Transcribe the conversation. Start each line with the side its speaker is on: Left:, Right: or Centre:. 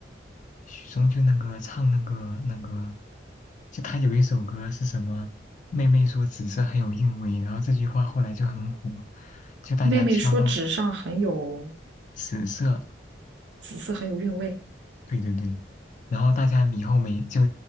Left: 许嵩就那个唱那个那个，就他有一首歌是什么？妹妹说紫色很有韵味，然后这句话后来就很火，就大家挑到
Right: 妹妹说纸上很有
Left: 紫色，
Right: 紫色，很有韵味。
Left: 对对对，然后大家以后每就